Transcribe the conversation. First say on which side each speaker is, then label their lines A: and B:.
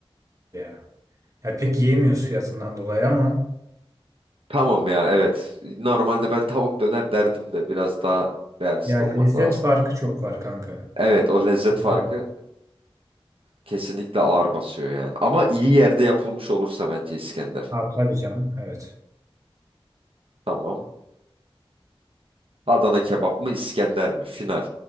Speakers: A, on the right (about 35°); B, on the right (about 65°).
A: ya. Ya pek yiyemiyoruz fiyatından dolayı ama
B: Tamam ya evet. Normalde ben tavuk döner derdim de biraz daha realist
A: Ya
B: olmak
A: lezzet
B: lazım.
A: farkı çok var kanka.
B: Evet o lezzet farkı
A: Evet.
B: Kesinlikle ağır basıyor yani. Ama iyi yerde yapılmış olursa bence İskender.
A: Ha, tabii canım. Evet.
B: Tamam. Adana kebap mı İskender mi? Final.